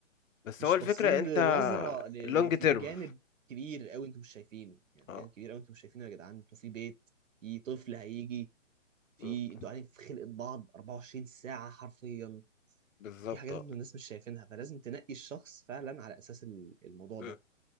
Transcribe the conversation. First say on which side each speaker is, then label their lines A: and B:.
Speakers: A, on the left; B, on the right.
A: بس
B: مش
A: هو الفكرة
B: باصين
A: انت
B: لنظره ل- اللي
A: اللونج
B: فيه
A: تيرم
B: جانب كبير قوي انتوا مش شايفينه يعني
A: اه
B: في جانب كبير قوي انتوا مش شايفينه يا جدعان انتوا في بيت في طفل هيجي في
A: م،
B: انتوا قاعدين في خلقه بعض 24 ساعه حرفيا
A: بالظبط
B: في حاجات
A: اه
B: انتوا الناس مش شايفينها فلازم تنقي الشخص فعلا على اساس ال- الموضوع
A: م.
B: ده